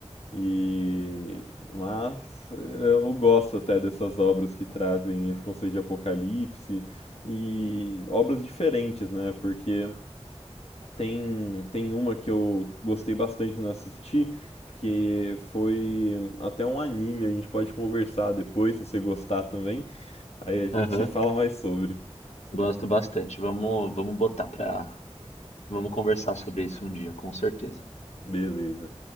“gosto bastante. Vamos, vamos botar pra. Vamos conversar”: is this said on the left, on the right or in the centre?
Left